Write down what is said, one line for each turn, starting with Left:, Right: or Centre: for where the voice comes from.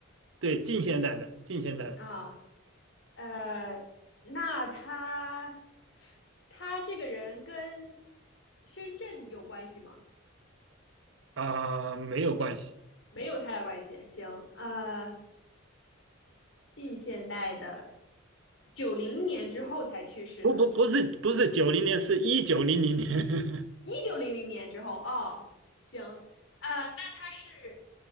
Right: 对，近现代的，近现代的，
Left: 啊，呃，那他他这个人跟深圳有关系吗？
Right: 啊，没有关系，
Left: 没有太大关系。行，呃，近现代的，九零年之后才去世的，
Right: 不不不是不是九零年，是一九零零年。<laughs>
Left: 一九零零年之后。哦，行，呃，那他是